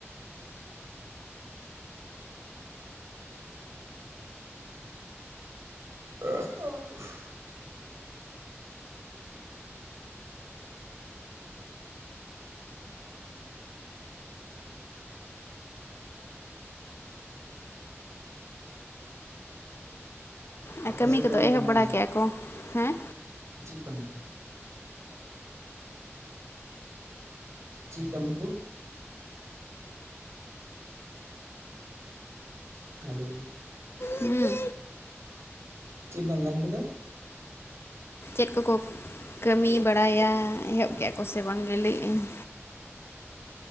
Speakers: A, on the right; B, on the left.
A: <unintelligible>
B: ᱟᱨ
A: ᱟᱯᱮ
B: ᱠᱟᱹᱢᱤ
A: ᱥᱮᱫ
B: ᱠᱚᱫᱚ
A: ᱫᱚ
B: ᱮᱦᱚᱵ
A: ᱢᱟᱱᱮ
B: ᱵᱟᱲᱟ ᱠᱮᱫ-ᱟ ᱠᱚ ᱦᱮᱸ
A: ᱪᱮᱫ ᱠᱟᱹᱢᱤ ᱪᱮᱫ ᱠᱟᱹᱢᱤ ᱠᱚ ᱦᱮᱞᱳ
B: ᱦᱩᱸ
A: ᱪᱮᱫ ᱵᱮᱱ ᱢᱮᱱ ᱠᱮᱫᱟ?
B: ᱪᱮᱫ ᱠᱚᱠᱚ ᱠᱟᱹᱢᱤ ᱵᱟᱲᱟᱭᱟ ᱮᱦᱚᱵ ᱠᱮᱫ-ᱟ ᱠᱚ ᱥᱮ ᱵᱟᱝ ᱞᱟᱹᱭ ᱤᱭᱟᱹᱧ